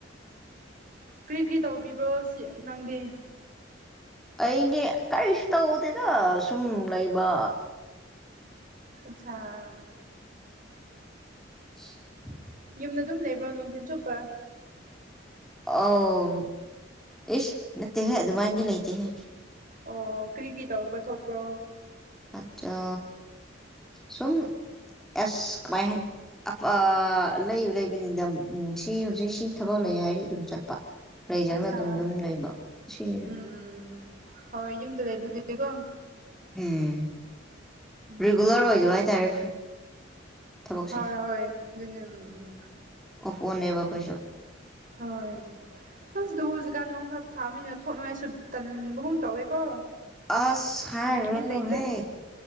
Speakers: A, on the right; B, in the centre.
A: ꯀ꯭ꯔꯤ ꯀꯔꯤ ꯇꯧꯕꯤꯕ꯭ꯔꯣ ꯁꯤ ꯅꯪꯗꯤ
B: ꯑꯩꯒꯤ ꯀꯔꯤꯁꯨ ꯇꯧꯗꯦꯗ ꯁꯨꯝ ꯂꯩꯕ
A: <unintelligible>
B: <inaudible>
A: ꯌꯨꯝꯗ ꯑꯗꯨꯝ ꯂꯩꯕ꯭ꯔꯣ ꯅꯨꯡꯊꯤꯟ ꯆꯨꯞꯄ
B: ꯑꯥꯎꯟ ꯏꯁ ꯅꯠꯇꯦꯍꯦ ꯑꯗꯨꯃꯥꯏꯟꯗꯤ ꯂꯩꯇꯦꯍꯦ
A: ꯑꯣ ꯀ꯭ꯔꯤꯒꯤ ꯇꯧꯕ ꯊꯣꯛꯄ꯭ꯔꯣ
B: ꯑꯆꯥ ꯁꯨꯝ ꯑꯁ ꯀꯃꯥꯏ ꯍꯥꯏꯅꯤ <unintelligible> ꯂꯩ ꯂꯩꯕꯅꯤꯗ ꯎꯝ ꯁꯤ ꯍꯧꯖꯤꯛ ꯁꯤ ꯊꯕꯛ ꯂꯩ ꯍꯥꯏꯔꯗꯤ ꯑꯗꯨꯝ ꯆꯠꯄ ꯂꯩꯖꯪꯒꯅ
A: ꯑꯠꯆꯥ
B: ꯑꯗꯨꯝ ꯌꯨꯝ ꯂꯩꯕ ꯁꯤꯔꯦ
A: ꯎꯝ ꯎꯝ ꯍꯣꯏ ꯌꯨꯝꯗ ꯂꯩꯕꯨꯗꯨꯗꯤꯀꯣ
B: ꯎꯝ ꯔꯤꯒꯨꯂꯔ
A: ꯎꯝ
B: ꯑꯣꯏꯗꯕ ꯍꯥꯏꯇꯥꯔꯦ ꯊꯕꯛꯁꯦ
A: ꯍꯣꯏ ꯍꯣꯏ ꯑꯗꯨꯅꯤ ꯎꯝ ꯎꯝ
B: ꯑꯣꯐ ꯑꯣꯟ ꯅꯦꯕ ꯑꯩꯈꯣꯏꯁꯨ
A: ꯍꯣꯏ ꯑꯁ ꯑꯗꯕꯨ ꯍꯧꯖꯤꯛꯀꯥꯟ ꯅꯣꯡꯁꯥ ꯁꯥꯕꯅꯤꯅ ꯊꯣꯛꯅꯉꯥꯏꯁꯨ ꯇꯟꯕꯒꯨꯝ ꯇꯧꯋꯦꯀꯣ
B: ꯑꯁ ꯍꯥꯏꯔꯨꯔꯅꯨꯍꯦ
A: ꯕꯤꯠ ꯂꯩꯇꯦ